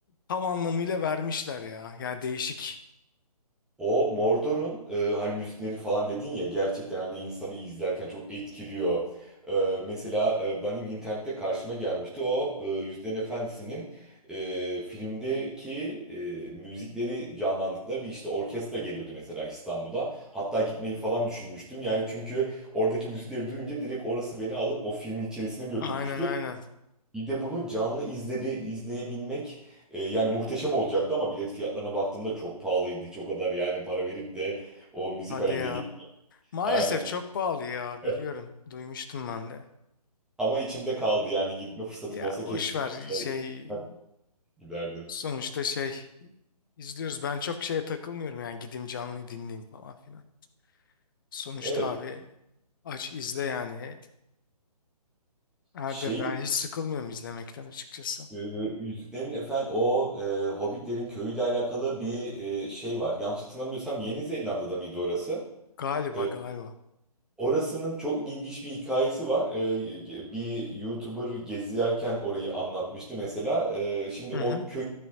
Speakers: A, on the left; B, in the centre.
A: tam anlamıyla vermişler ya. Yani değişik.
B: O Mordor'un e, hani müzikleri falan dedin ya gerçekten hani insanı izlerken çok etkiliyor. E, mesela e, benim internette karşıma gelmişti o e, Yüzüklerin Efendisi'nin e, filmdeki e, müzikleri canlandırdıkları bir işte orkestra geliyordu mesela İstanbul'a. Hatta gitmeyi falan düşünmüştüm yani çünkü oradaki müzikleri duyunca direkt orası beni alıp o filmin içerisine götürmüştü.
A: Aynen aynen.
B: Bir de bunu canlı izle bir izleyebilmek e, yani muhteşem olacaktı ama bilet fiyatlarına baktığımda çok pahalıydı. Hiç o kadar yani para verip de o müzikalede
A: Hadi ya.
B: git.
A: Maalesef
B: Aynen.
A: çok pahalı ya biliyorum.
B: <laughs>
A: Duymuştum ben de.
B: Ama içimde kaldı yani gitme fırsatım
A: Ya
B: olsa
A: boş
B: kesinlikle
A: ver şey
B: <laughs> giderdim.
A: sonuçta şey izliyoruz. Ben çok şeye takılmıyorum yani gideyim canlıyı dinleyeyim falan filan. Sonuçta
B: Evet.
A: abi aç izle yani. Herde
B: Şey
A: ben
B: de,
A: hiç sıkılmıyorum izlemekten açıkçası.
B: e, Yüzüklerin Efendi o e, Hobbitlerin köyüyle alakalı bir e, şey var. Yanlış hatırlamıyorsam Yeni Zelanda'da mıydı orası?
A: Galiba
B: E,
A: galiba.
B: Orasının çok ilginç bir hikayesi var. Ee, bir YouTuber gezerken orayı anlatmıştı mesela. Ee, şimdi
A: Hı
B: o
A: hı.
B: köyü